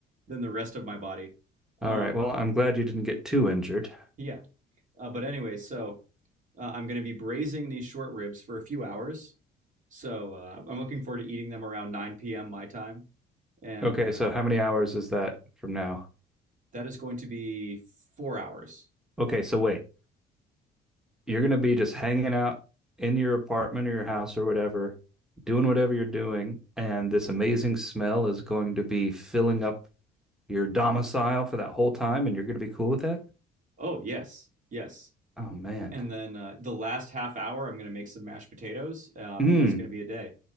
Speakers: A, on the right; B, in the centre.
A: than the rest of my body. Um,
B: All right. Well, I'm glad you didn't get too injured.
A: yeah, Uh, but anyway, so uh, I'm going to be braising these short ribs for a few hours. So uh, I'm looking forward to eating them around 9 p.m. my time. And
B: Okay.
A: uh,
B: So how many hours is that from now?
A: that is going to be four hours.
B: Okay. So wait, you're going to be just hanging out in your apartment or your house or whatever, doing whatever you're doing, and this amazing smell is going to be filling up your domicile for that whole time and you're going to be cool with that?
A: Oh, yes, yes.
B: Oh man.
A: And then uh, the last half hour, I'm going to make some mashed potatoes, um,
B: Mm.
A: and that's going to be a day.